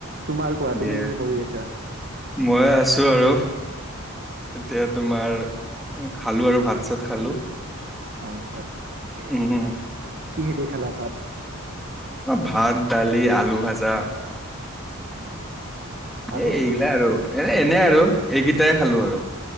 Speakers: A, on the right (about 45°); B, in the centre.
A: তোমাৰ কোৱা
B: দে
A: তুমি কি কৰি আছা?
B: মই আছো আৰু এতিয়া তোমাৰ খালো আৰু ভাত চাত খালো।
A: হয়, হয় ঠিকে আছে
B: উম
A: কিহেদি খালা ভাত?
B: ভাত দালি আলু ভাজা।
A: উম, আৰু
B: এই এ আৰু এনে আৰু এইকেইটাই খালোঁ আৰু।